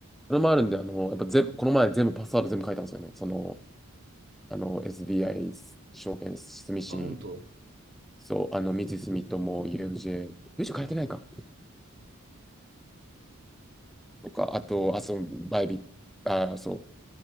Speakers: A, in the centre; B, on the right.
A: それもあるんで、あのーやっぱ全この前全部パスワード全部書いたんですよね。その、あの、SBI 証券住信、
B: あ、本当。
A: そう、あの、三井住友、UFJ、u f 変えてないか。とか、あと、あ、そう、バイビット、あ、そ